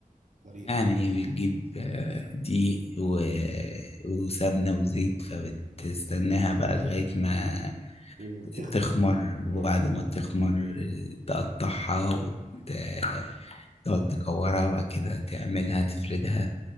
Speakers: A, on the right (about 55°); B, on the left (about 45°).
A: والطريقه
B: يعني بتجيب آه، دقيق و- وسمنة وزيت فبتستناها بقى لغاية ما
A: وتخمر
B: تخمر وبعد
A: اه
B: ما تخمر تقطعها وتقعد تكورها وبعد كده تعملها تفردها